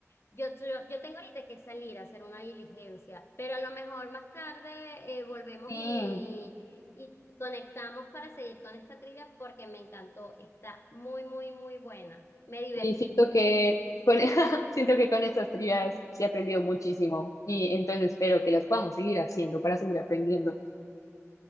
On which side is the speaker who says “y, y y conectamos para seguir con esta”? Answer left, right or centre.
Left